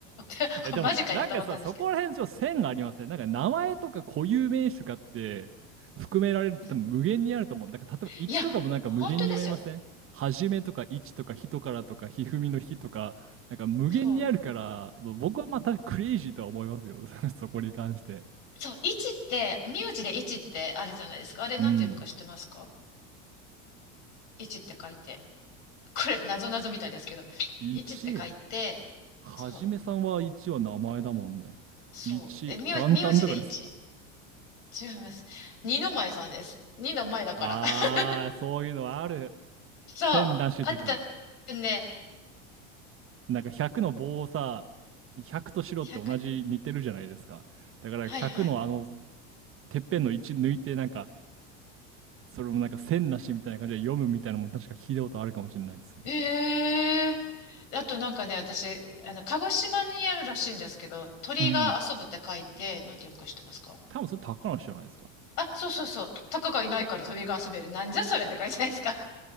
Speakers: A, on the left; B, on the right.
A: え、
B: え、でも、
A: マジかよと思ったんですけど。
B: なんかさ、そこら辺ちょっと線がありますね。なんか名前とか固有名詞とかって含められると多分無限にあると思う。
A: うん
B: なんか例えば1とかもなんか無限に読めませんはじめとか1とか人からとかひふみのひとか、
A: いや、本当ですよ。
B: なんか無限にあるから、
A: そう。
B: まあ僕はまあ確かにクレイジーとは思いますよ。<laughs> そこに関して。
A: そう、一って、名字で一ってあるじゃないですか。あれなんて読むか知ってますか
B: うん。
A: 一って書いて。<laughs> これ、なぞなぞみたいですけど。
B: 1、
A: 一って書いて、
B: はじめさんは1は名前だもんね。
A: そう、そう。
B: 1、
A: え、名、
B: 元旦とかですか
A: 名字で一。違います。二の前さんです。二の前だから。
B: ああー、
A: <laughs>
B: そういうのはある。
A: そう。
B: 千なしとか。
A: あとね、
B: なんか100の棒をさ、100と白って同じ似てるじゃないですか。
A: 100の、
B: だから100のあの
A: はいはい。
B: てっぺんの1抜いてなんか、それもなんか線なしみたいな感じで読むみたいなのも確か聞いたことあるかもしれないです。
A: ええあとなんかね、私、あの、鹿児島にあるらしいんですけど、鳥が遊ぶって書いて、
B: うん。
A: なんて読むか知ってますか
B: 多分それ高梨じゃないですか。
A: あ、そうそうそう。タカがいないから鳥が遊べる。なんじゃそれって感じじゃないですか。